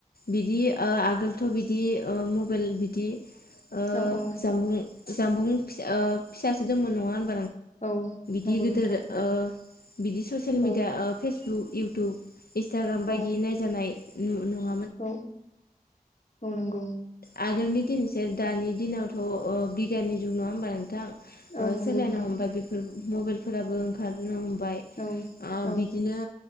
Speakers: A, on the left; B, on the left.
A: बिदि ओ आगोलथ' बिदि ओ मबाइल बिदि ओ
B: औ औ
A: जामबुं जामबुं फिसा ओ फिसासो दोंमोन नङा होन‌
B: औ
A: इ
B: नंगौ
A: गोदोर
B: नोंथां
A: ओ बिदि ससियेल मिडिया
B: औ
A: ओ फेस बुक इउटुब इन्सटाग्राम बायदि
B: औ
A: नायजानाय न नङा
B: औ औ नंगौ
A: आगोलनि दिनसाय दानि दिनावथ' बिगियाननि जुग नङा होमबा नोंथां ओ
B: औ नंगौ
A: सोलायनो
B: नोंथां
A: हमबाय बेफोर मबाइल फोराबो ओंखारनो हम बाय
B: औ
A: ओ
B: औ
A: बिदिनो